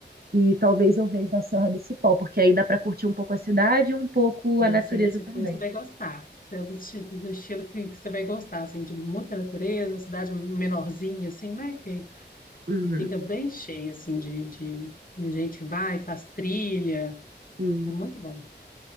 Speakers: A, on the right (about 55°); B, on the left (about 50°).
A: E talvez eu veja a Serra do Cipó, porque aí dá pra curtir um pouco a cidade e um pouco
B: E,
A: a natureza
B: e, se, se
A: também.
B: for, você vai gostar. Você é do, ti- do estilo que, que você vai gostar, assim, de muita natureza, uma cidade menorzinha, assim, né? Que,
A: Uhum,
B: que fica bem cheia, assim, de, de, de gente que vai, faz trilha.
A: sim.
B: É muito bom.